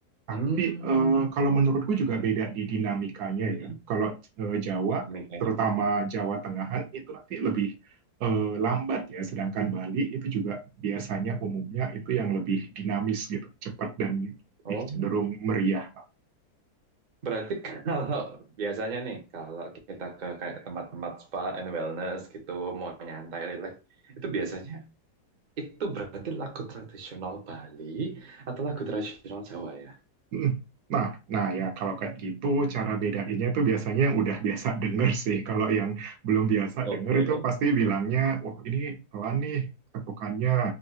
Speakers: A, on the right (about 75°); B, on the right (about 40°).
A: Tapi
B: Hmm,
A: eh, kalau menurutku juga beda di dinamikanya
B: hmm,
A: ya. Kalau eh, Jawa,
B: Nikahnya.
A: terutama Jawa Tengahan itu nanti lebih eh, lambat ya, sedangkan Bali itu juga biasanya umumnya itu yang lebih dinamis gitu, cepat dan lebih
B: Oh,
A: cenderung meriah.
B: berarti <laughs> kalau biasanya nih, kalau kita ke kayak tempat-tempat spa and wellness gitu, mau nyantai, relax, itu biasanya itu berarti lagu tradisional Bali atau lagu tradisional Jawa ya?
A: Mm-mm. Nah, nah ya kalau kayak gitu cara bedainnya itu biasanya yang udah biasa denger sih. Kalau yang belum biasa
B: Oke.
A: denger itu pasti bilangnya, wah ini pelan nih ketukannya,